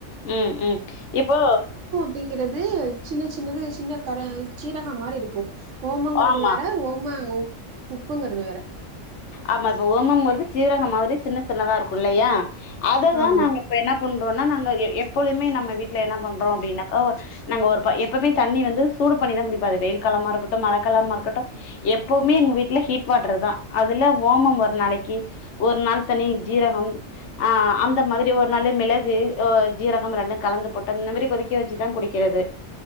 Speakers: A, on the left; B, on the right.
A: உம் உம் இப்போ
B: அப்படிங்கறிறது சின்ன சின்னது சின்ன கர சீரகம் மாதிரி இருக்கும் ஓமங்கறது
A: ஆமா
B: வேற ஓமா உப்புங்கறது வேற
A: ஆமா இப்ப ஓமம்வருது சீரக மாதிரி சின்ன சின்னதா இருக்கு இல்லையா அததான்
B: ஆமா
A: நாங்க இப்ப என்ன பண் னா நாங்க எப்போழுமே நம்ம வீட் ல என்ன பண்றோம் அப்படின்னாக்கா நாங்கள் ஒரு எப்பவுமே தண்ணி வந்து சூடு பண்ணிதான் குடிப்பாரு வெயில் காலமாக இருக்கட்டும மழை காலமாக இருக்கட்டு எப்போவுமே எங்க வீட்ல ஹீட் வாட்டர் தான் அதுல ஓமம் ஒரு நாளைக்கு ஒரு நாள் தனி ஜீரகம் ஆஹ் அந்த மாதிரி ஒரு நாள் மிளகு அஹ் ஜீரகம் ரெண்டும் கலந்து போட்ட இந்த மாதிரி கொதிக்க வச்சுதான் குடிக்கிறது